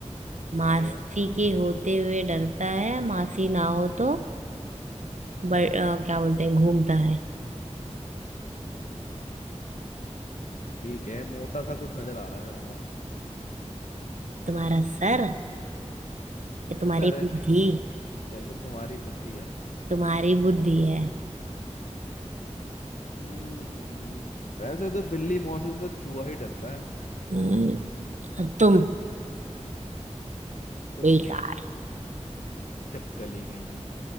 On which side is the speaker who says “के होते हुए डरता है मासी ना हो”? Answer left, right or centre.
Right